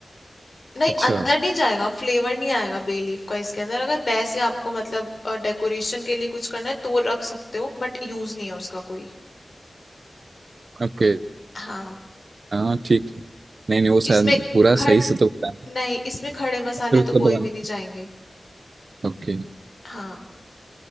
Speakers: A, on the left (about 50°); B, on the right (about 65°).
A: नहीं
B: अच्छा
A: अंदर नहीं जाएगा फ्लेवर नहीं आएगा बे लीफ का इसके अंदर अगर वैसे आपको मतलब डेकोरेशन के लिए कुछ करना है तो रख सकते हो बट यूज नहीं है उसका कोई
B: ओके
A: हाँ
B: हाँ ठीक नहीं नहीं वो शायद
A: इसमें
B: पूरा
A: खड़
B: सही से तो बताया
A: नहीं इसमें खड़े मसाले
B: फिर उसका
A: तो कोई
B: बताना
A: भी नहीं जाएंगे
B: ओके
A: हाँ